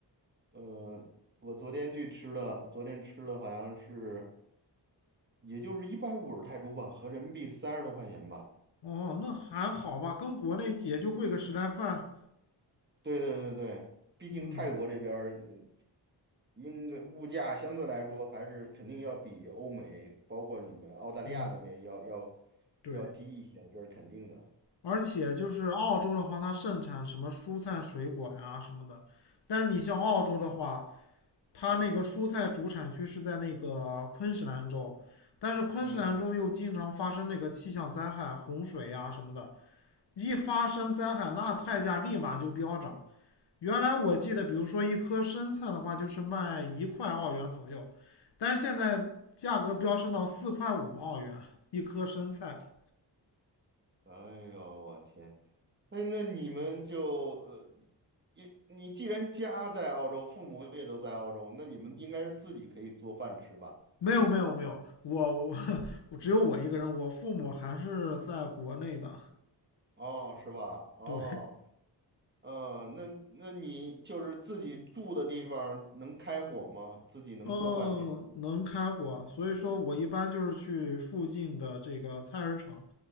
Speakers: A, on the right; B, on the left.
A: 呃，我昨天去吃的，昨天吃的好像是。也就是一百五十泰铢吧，合人民币三十多块钱吧。
B: 哦，那还好吧，跟国内也就贵个十来块。
A: 对对对对，毕竟泰国这边儿嗯
B: 嗯
A: 应该物价相对来说还是肯定要比欧美，包括你们澳大利亚那边要要
B: 嗯，对，
A: 要低一些，这是肯定的。
B: 而且就是澳洲的话，它盛产什么蔬菜、水果呀什么的，但是你像澳洲的话，它那个蔬菜主产区是在那个昆士兰州，但是昆士兰州又经常发生那个气象灾害、
A: 嗯，
B: 洪水呀什么的，一发生灾害，那菜价立马就飙涨。原来我记得，比如说一颗生菜的话，就是卖一块澳元左右，但是现在价格飙升到四块五澳元一颗生菜。
A: 哎呦我天，那那你们就呃，你你既然家在澳洲，父母也都在澳洲，那你们应该是自己可以做饭吃吧？
B: 没有没有没有，我我我只有我一个人，我父母还是在国内的。
A: 哦，是吧？哦。
B: 对，
A: 呃，那那你就是自己住的地方能开火吗？自己能做饭吃吗？
B: 嗯，能开火，所以说我一般就是去附近的这个菜市场